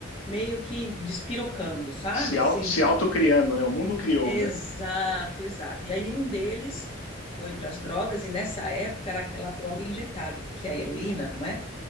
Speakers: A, on the left; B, on the left.
A: meio que despirocando, sabe?
B: Se, au-
A: Assim.
B: se autocriando, né? O mundo criou,
A: <laughs> Exato,
B: né?
A: exato. E aí um deles foi para as drogas e nessa época era aquela droga injetável, o que que é heroína, não é?